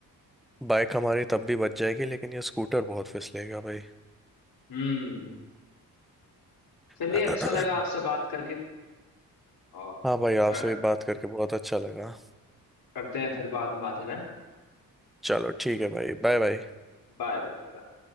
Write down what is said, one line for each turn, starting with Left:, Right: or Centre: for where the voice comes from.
Centre: बाइक हमारी तब भी बच जाएगी लेकिन ये स्कूटर बहुत फिसलेगा भाई
Left: हम्म चलिए
Centre: <clears throat>
Left: अच्छा लगा आपसे बात करके और
Centre: हाँ भाई आपसे
Left: कर,
Centre: भी बात करके बहुत अच्छा लगा
Left: करते हैं फिर बाद में बात है ना
Centre: चलो ठीक है भाई बाय बाय
Left: Bye bye bye